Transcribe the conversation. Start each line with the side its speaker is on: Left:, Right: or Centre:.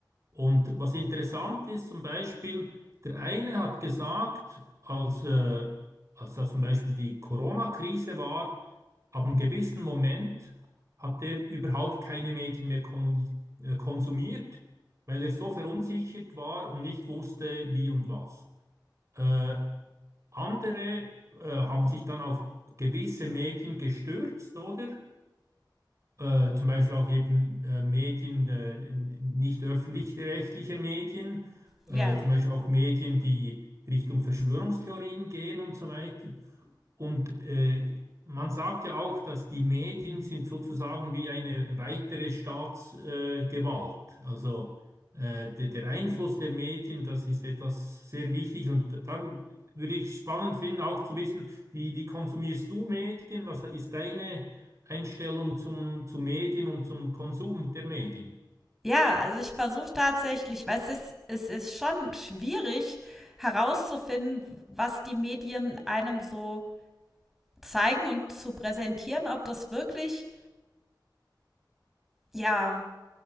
Right: Und was interessant ist, zum Beispiel, der eine hat gesagt, als, äh, als da zum Beispiel die Corona-Krise war, ab einem gewissen Moment hat er überhaupt keine Medien mehr kommuni- äh, konsumiert, weil er so verunsichert war und nicht wusste, wie und was. Äh, andere, äh, haben sich dann auf gewisse Medien gestürzt, oder? äh, zum Beispiel auch eben äh, Medien, äh, in- nicht öffentlich-rechtliche Medien,
Centre: Ja.
Right: äh, zum Beispiel auch Medien, die Richtung Verschwörungstheorien gehen und so weiter. Und äh, man sagt ja auch, dass die Medien sind sozusagen wie eine weitere Staatsgewalt. Äh, Gewalt. also äh, de, der Einfluss der Medien, das ist etwas sehr Wichtiges. Und da würde ich spannend finden, auch zu wissen, wie, wie konsumierst du Medien? Was ist deine Einstellung zum, zu Medien und zum Konsum der Medien?
Centre: Ja, also ich versuche tatsächlich, weil es ist, es ist schon schwierig herauszufinden, was die Medien einem so zeigen und zu präsentieren, ob das wirklich, ja,